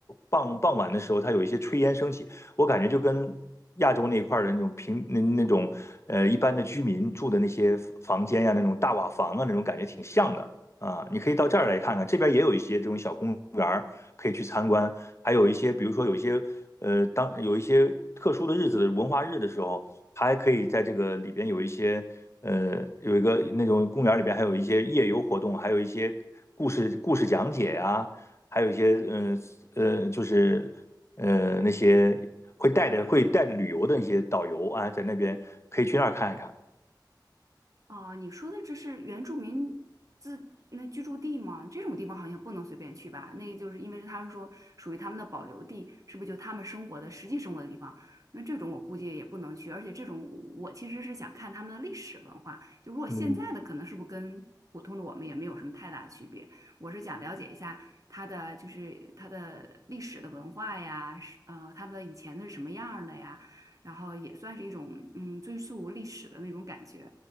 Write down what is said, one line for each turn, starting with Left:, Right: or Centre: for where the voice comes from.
Left: 傍傍晚的时候，它有一些炊烟升起。我感觉就跟亚洲那一块儿的那种平那那种呃一般的居民住的那些房间呀、那种大瓦房啊那种感觉挺像的啊。你可以到这儿来看看，这边也有一些这种小公园儿可以去参观，还有一些比如说有一些呃当有一些特殊的日子的文化日的时候，它还可以在这个里边有一些。呃，有一个那种公园里边还有一些夜游活动，还有一些故事故事讲解呀、还有一些嗯呃，呃就是呃那些会带着会带着旅游的那些导游啊，在那边可以去那儿看一看。
Right: 哦，你说的这是原住民自那居住地吗？这种地方好像不能随便去吧？那就是因为他们说属于他们的保留地，是不是就他们生活的实际生活的地方？那这种我估计也不能去，而且这种我其实是想看他们的历史文化。就如果现在的可能是不是跟普通的我们也没有什么太大区别？
Left: 嗯
Right: 我是想了解一下它的就是它的历史的文化呀，是呃他们的以前的是什么样儿的呀，然后也算是一种嗯追溯历史的那种感觉。